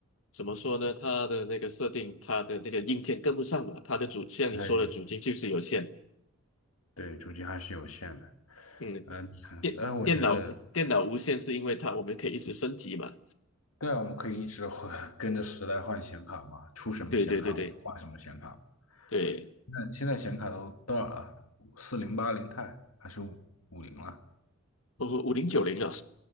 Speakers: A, on the left (about 65°); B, on the left (about 85°).
A: 怎么说呢，它的那个设定，它的那个硬件跟不上嘛，它的主像你说的主机就是有限。
B: 它也对主机还是有限的。
A: 嗯，
B: 嗯，呃你看，
A: 电电脑电脑无线是因为它我们可以一直升级嘛。
B: 哎，我觉得对啊，我们可以一直换，<laughs> 跟着时代换显卡嘛，出什么显卡我们就换什么显卡。
A: 对对对对对，
B: 那现在显卡都多少了？四零八零钛还是五五零了？
A: 哦，五零九零了。